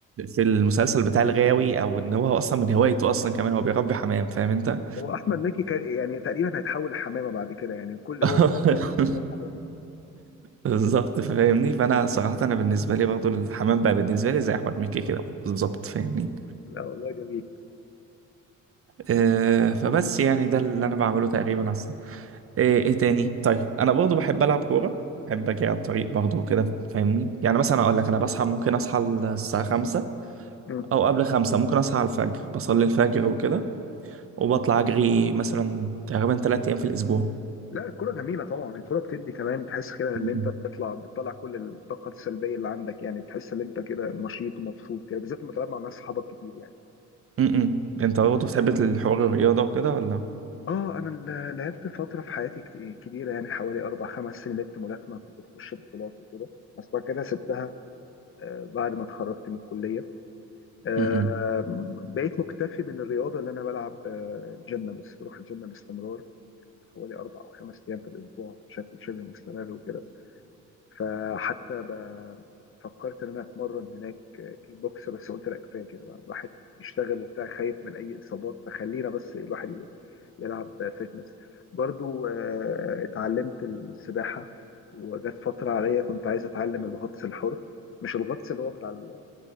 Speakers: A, on the right (about 45°); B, on the left (about 45°).
A: في المسلسل بتاع الغاوي أو إن هو أصلا من هوايته أصلا كمان هو بيربي حمام فاهم أنت
B: هو احمد مكي كان يعني تقريبا هيتحول لحمامة بعد كده يعني كل
A: <laughs>
B: هو مفكر نفسه ان هو حمامة
A: بالظبط فاهمني فانا صراحه انا بالنسبه لي برضو الحمام بقى بالنسبه لي زي احمد مكي كده بالظبط فاهمني
B: لا والله جميل
A: آه فبس يعني ده اللي انا بعمله تقريبا اصلا آه ايه تاني طيب انا برضو بحب العب كوره بحب اجي على الطريق برضو كده فاهمني يعني مثلا اقول لك انا بصحى ممكن اصحى الساعه 5
B: مم.
A: او قبل 5 ممكن اصحى على الفجر بصلي الفجر وكده وبطلع اجري مثلا تقريبا 3 ايام في الاسبوع
B: لا الكرة جميلة طبعا الكرة بتدي كمان تحس كده ان
A: م-م.
B: انت بتطلع بتطلع كل الطاقة السلبية اللي عندك يعني بتحس ان انت كده نشيط ومبسوط كده بالذات لما تلعب مع ناس صحابك كتير يعني
A: م-م. انت برضو بتحب الحوار الرياضه وكده ولا
B: اه انا ال- لعبت فترة في حياتي كت- كبيرة يعني حوالي اربع خمس سنين لعبت ملاكمة كنت بخش بطولات وكده بس بعد كده سبتها آه، بعد ما اتخرجت من الكلية آه،
A: م-م.
B: بقيت مكتفي من الرياضة اللي انا بلعب آه، جيم بس بروح الجيم باستمرار حوالي اربع او خمس ايام في الاسبوع بشكل شبه مستمر وكده فحتى ب- فكرت ان انا اتمرن هناك كيك بوكس بس قلت لا كفايه كده بقى. الواحد بيشتغل وبتاع خايف من اي اصابات فخلينا بس الواحد يبقى يلعب فيتنس برضو آه، اتعلمت السباحه وجت فتره عليا كنت عايز اتعلم الغطس الحر مش الغطس اللي هو بتاع ال-